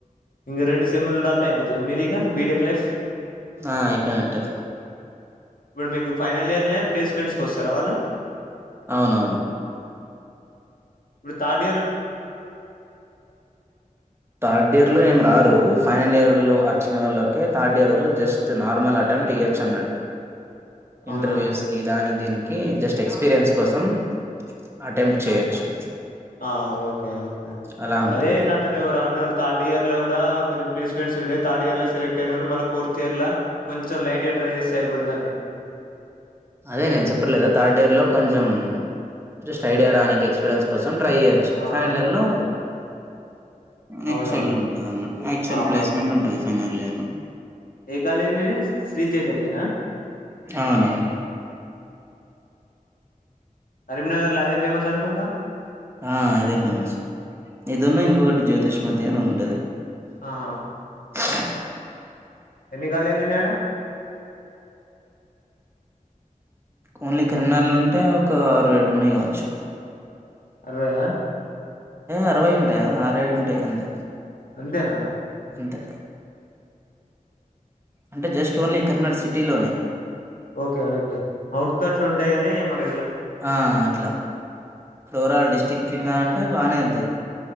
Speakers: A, on the left; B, on the right.
A: ఇంగ రెండు సెమ్ములు రాత్తె అయిపోతద్ మీదిగా బీటెక్ లైఫ్
B: ఆ అయిపోయినట్టే
A: ఇప్పుడు మీకు ఫైనల్ ఇయర్ల్నే ప్లేస్మెంట్స్ కొస్తరా వాళ్ళు
B: అవునవును
A: ఇపుడ్ థార్డ్
B: థార్డ్ ఇయర్ లో ఏం రారు ఫైనల్ ఇయర్లో అచ్చిన వోళ్ళకే థర్డ్ ఇయర్ వోళ్ళు జస్ట్ నార్మల్ అటెంప్ట్ ఇయొచ్చన్నట్టు
A: అవునా
B: ఇంటర్వ్యూస్ కి దానికి దీనికి జస్ట్ ఎక్స్పీరియన్స్ కోసం అటెంప్ట్ చేయొచ్చు
A: ఆ ఓకే ఓకే
B: అలా ఉంటది
A: అదే నాతోని ఎవరో అన్నరు థర్డ్ ఇయర్ లో గూడా కొంచెం ప్లేస్మెంట్స్ వుంటయ్ థార్డ్ ఇయర్లో సెలెక్ట్ అయినోళ్ళు మళ్ళ ఫోర్త్ ఇయర్ ల కొంచెం లైట్ గా ట్రై జేస్తే అయిపోతదని
B: అదే నేను చెప్పలేదా థార్డ్ ఇయర్ లో కొంచెం జస్ట్ ఐడియా రానికి ఎక్స్పీరియన్స్ కోసం ట్రై జేయొచ్చు
A: ఆ
B: ఫైనల్ ఇయర్ లో
A: ఓకే
B: యాక్చువల్
A: అవునా
B: ఉంటదన్నట్ యాక్చువల్
A: ఆ
B: ప్లేస్మెంట్
A: ఓకే
B: ఉంటంది ఫైనల్ ఇయర్లో
A: ఏ కాలేజ్ మీది శ్రీచైతన్యనా
B: అవునవును
A: కరీంనగర్ ల అదే ఫేమస్ అనుకుంటా
B: ఆ ఇదే ఫేమస్ ఇదున్ను ఇంకొకటి జ్యోతిష్మతి అని ఉంటది
A: ఆహా
B: <inaudible>
A: ఎన్ని కాలేజ్ లు ఉన్నాయి ఆడ
B: ఓన్లీ కిరనార్లు ఉంటే ఒక అరవై ఏడు ఉన్నాయి కావచ్చు
A: అరవై ఆ
B: అరవై ఉంటాయా ఆరేడు ఉంటాయి అంతే
A: అంతే నా
B: అంతే అంటే జస్ట్ ఓన్లీ <unintelligible> సిటీ లోనే
A: ఓకే ఓకే అవుట్కట్లు ఉంటాయి గాని మన
B: ఆ అట్ల ఒరాల్ డిస్టిక్ కింద అంటే బాగానే ఉంటయి